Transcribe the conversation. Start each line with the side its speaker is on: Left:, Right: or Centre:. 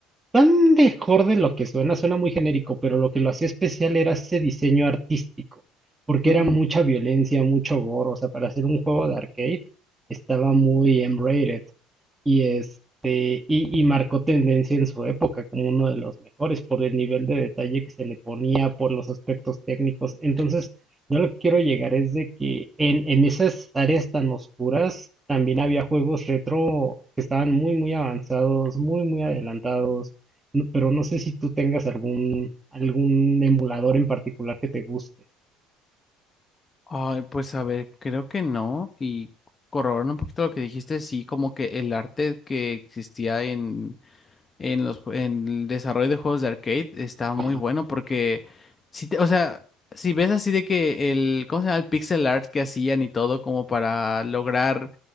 Right: tan mejor de lo que suena, suena muy genérico, pero lo que lo hacía especial era ese diseño artístico, porque
Left: ujú.
Right: era mucha violencia, mucho gore, o sea, para hacer un juego de arcade estaba muy M-rated y este y, y marcó tendencia en su época como uno de los mejores por el nivel de detalle que se le ponía, por los aspectos técnicos. Entonces, yo lo que quiero llegar es de que en, en esas áreas tan oscuras también había juegos retro que estaban muy, muy avanzados, muy, muy adelantados, no- pero no sé si tú tengas algún, algún emulador en particular que te guste.
Left: Ay, pues a ver, creo que no. Y corroborando un poquito lo que dijiste, sí, como que el arte que existía en en los, jue- en el desarrollo de juegos de arcade está muy
Right: Ajá,
Left: bueno porque si te- o sea, si ves así de que el, ¿cómo se llama? El pixel art que hacían y todo como para lograr